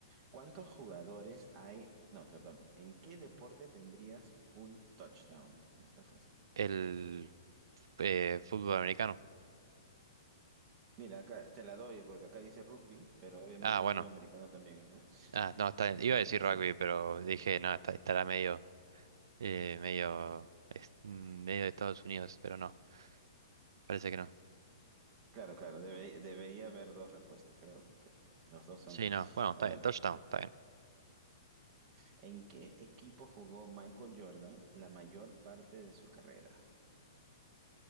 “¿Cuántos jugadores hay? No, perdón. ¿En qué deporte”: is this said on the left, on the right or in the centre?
Right